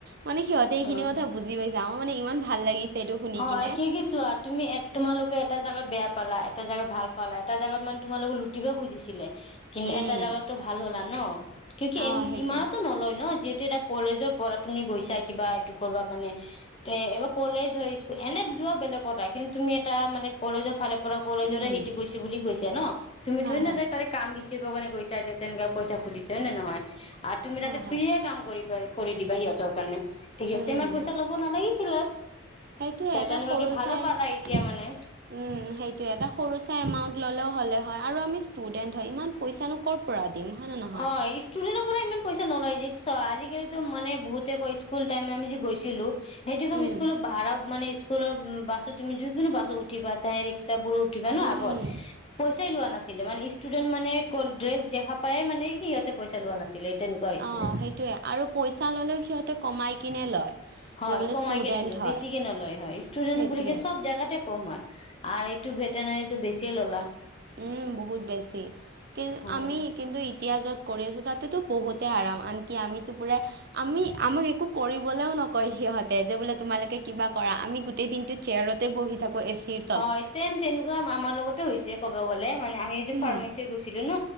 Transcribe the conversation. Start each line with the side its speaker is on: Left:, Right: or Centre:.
Right: মানে সিহঁতে এইখিনি
Left: হয়
Right: কথা বুজি পাইছে, আমাৰ মানে ইমান ভাল লাগিছে এইটো শুনি
Left: হয়
Right: কিনে
Left: কি কি চোৱাত তুমি এ তোমালোকে এটা জেগাত বেয়া পালা এটা জেগাত ভাল পালা এটা জেগাত মানে তোমালোকক লুটিব খুজিছিলে কিন্তু
Right: উম
Left: এটা জাগাতটো ভাল হ'লা ন কিয়োকি
Right: অ সেইটোৱে
Left: ইমানতো নলয় ন যিহেতু এটা কলেজৰ পঢ়া তুমি গৈছা কিবা এইটো কৰিবা কাৰণে এ এইবাৰ কলেজ হয় এনে যোৱা বেলেগ কথা, কিন্তু তুমি এটা মানে কলেজৰ ফালে পৰা কলেজৰে
Right: উম,
Left: সেটো গৈছে বুলি কৈছে ন। তুমিতো
Right: হয়
Left: এনে
Right: হয়।
Left: ডাইৰেক্ট তাৰে কাম বিচাৰিব কাৰণে গৈছা যে তেনেকোৱ পইচা সুধিছে হয় নে নহয় আৰু তুমি
Right: হয়
Left: তাতে
Right: হয়,
Left: ফ্ৰীয়ে কাম কৰি কৰি দিবা সিহঁতৰ কাৰণে সিহঁতে
Right: উম,
Left: ইমান পইচা ল'ব নালাগিছিলে
Right: সেইটোয়ে
Left: ত
Right: এটা
Left: তেনেকুৱাকে
Right: সৰু
Left: ভালো
Right: চাই
Left: পালা এতিয়া
Right: উম
Left: মানে
Right: সেই ত এটা সৰু চাই এমাউণ্ট ললেও হ'লে হয় আৰু আমি ষ্টুডেণ্ট হয় ইমান পইচা নো ক'ৰ পৰা দিম হয় নে নহয়?
Left: হয় ষ্টুডেন্টৰ পৰা ইমান পইচা নলয় ৰিক্স হয় আজিকালিতো মানে বহুত স্কুল টাইম আমি যে গৈছিলো সেইটো
Right: উম।
Left: স্কুলত ভাৰাও মানে স্কু স্কুলৰ বাছত তুমি যিকোনো বাছত উঠিবা, চাহে ৰিক্সাবোৰো উঠিবা ন
Right: উম,
Left: আগত।
Right: উম,
Left: পইচাই লোৱা নাছিলে মানে ষ্টুডেন্ট মানে ক ড্ৰেচ দেখা পাইয়ে মানে কি সিহঁতে পইচা লোৱা নাছিলে তেনেকুৱা হৈছিলে
Right: অ', সেইটোৱে আৰু পইচা ললেও সিহঁতে কমাই কিনে লয়।
Left: হয়
Right: যে বোলে
Left: কমাই
Right: ষ্টুডেন্ট
Left: কেনে লয়
Right: হয়
Left: বেছিকে নলয় হয় ষ্টুডেণ্ট
Right: সেইটোৱে।
Left: বুলি চব জাগাতে কম হয় আৰু এইটো ভেটেনাৰীটো বেছিয়ে ল'লা
Right: উম বহুত বেছি কি
Left: হয়
Right: আমি কিন্তু এতিয়া য'ত কৰি আছোঁ তাতেতো বহুতেই আৰাম আনকি আমিতো পুৰা আমি আমাক একো কৰিবলৈও নকয় সিহঁতে যে বোলে তোমালোকে কিবা কৰা আমি গোটেই দিনটো চেয়াৰতে বহি থাকো এ চি ত
Left: হয় ছেম তেনেকুৱা আমাৰ লগতে হৈছে ক'ব গ'লে মানে আমি যে
Right: উম,
Left: ফাৰ্মাচী গৈছিলো ন